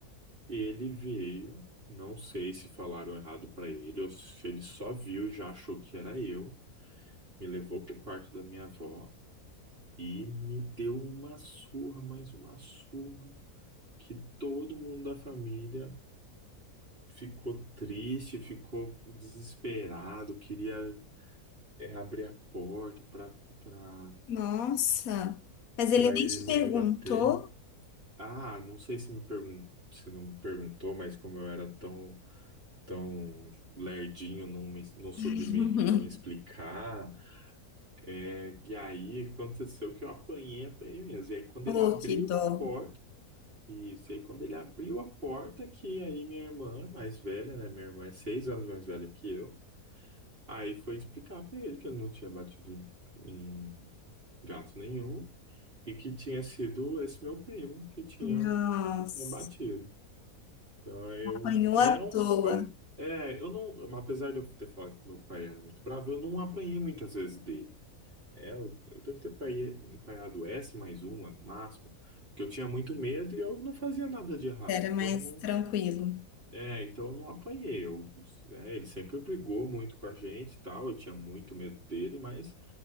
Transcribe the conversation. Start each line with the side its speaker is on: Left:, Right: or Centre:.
Right: Ele veio, não sei se falaram errado pra ele ou se ele só viu e já achou que era eu. Me levou pro quarto da minha avó e me deu uma surra, mais uma surra, que todo mundo da família ficou triste, ficou desesperado, queria é, abrir a porta pra para
Left: Nossa. Mas ele
Right: para
Left: nem
Right: ele
Left: te
Right: não
Left: perguntou.
Right: me bater. Ah, não sei se me pergun se não me perguntou, mas como eu era tão tão lerdinho, não, me- não soube
Left: <laughs>
Right: me, me explicar. né? E aí aconteceu que eu apanhei, apanhei mesmo. E aí quando
Left: Oh,
Right: ele abriu
Left: que dó.
Right: a porta, isso, e aí quando ele abriu a porta, que aí minha irmã, é mais velha, né? Minha irmã é seis anos mais velha que eu. Aí foi explicar pra ele que eu não tinha batido em, em gato nenhum e que tinha sido esse meu primo que tinha,
Left: Nossa,
Right: que tinha batido. Então, eu.
Left: apanhou
Right: E
Left: à
Right: é
Left: toa.
Right: um. Foi um é, eu não. Apesar de eu ter falado que meu pai era muito bravo, eu não apanhei muitas vezes dele. É, eu, eu devo ter apanhe- apanhado S mais uma, no máximo. Porque eu tinha muito medo e eu não fazia nada de errado.
Left: Era
Right: Então,
Left: mais
Right: eu não.
Left: tranquilo.
Right: É, então eu não apanhei. Eu, é, ele sempre brigou muito com a gente e tal. Eu tinha muito medo dele, mas.